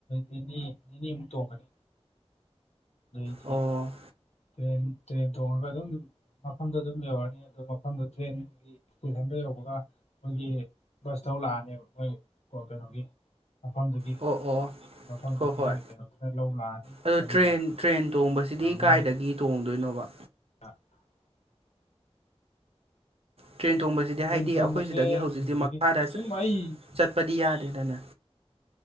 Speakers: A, on the left; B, on the right.
A: ꯅꯤꯅꯤ ꯅꯤꯅꯤꯃꯨꯛ ꯇꯣꯡꯒꯅꯤ <unintelligible>
B: ꯑꯣ
A: ꯇ꯭ꯔꯦꯟ ꯇ꯭ꯔꯦꯟ ꯇꯣꯡꯉꯒ ꯑꯗꯨꯝ ꯃꯐꯝꯗꯣ ꯑꯗꯨꯝ ꯌꯧꯔꯅꯤ ꯑꯗꯣ ꯃꯐꯝꯗꯣ ꯇ꯭ꯔꯦꯟꯒꯤ ꯏꯁꯇꯦꯁꯟꯗ ꯌꯧꯕꯒ ꯃꯈꯣꯏꯒꯤ ꯕꯁꯊꯧ ꯂꯥꯛꯑꯅꯦꯕ ꯃꯣꯏ ꯀ ꯀꯩꯅꯣꯒꯤ ꯃꯐꯝꯗꯨꯗꯒꯤ
B: ꯑꯣ ꯑꯣ
A: ꯃꯐꯝꯗꯨꯗꯒꯤ
B: ꯍꯣꯏ ꯍꯣꯏ
A: ꯀꯩꯅꯣꯗꯨꯅ ꯂꯧ ꯂꯥꯛꯑꯅꯤ
B: ꯑꯗꯣ
A: ꯑꯗꯨꯒ
B: ꯇ꯭ꯔꯦꯟ ꯇ꯭ꯔꯦꯟ ꯇꯣꯡꯕꯁꯤꯗꯤ ꯀꯥꯏꯗꯒꯤ
A: ꯃꯣꯏꯅ
B: ꯇꯣꯡꯗꯣꯏꯅꯣꯕ
A: <inaudible>
B: ꯇ꯭ꯔꯦꯟ ꯊꯣꯡꯕꯁꯤꯗꯤ
A: ꯇꯨꯔꯦꯟ
B: ꯍꯥꯏꯗꯤ
A: ꯇꯣꯡꯕꯁꯦ
B: ꯑꯩꯈꯣꯏ ꯁꯤꯗꯒꯤ ꯍꯧꯖꯤꯛꯇꯤ
A: ꯀꯩꯅꯣꯗꯒꯤ
B: ꯃꯈꯥꯗ
A: ꯑꯗꯨꯝ ꯑꯩ
B: ꯆꯠꯄꯗꯤ ꯌꯥꯗꯦꯗꯅ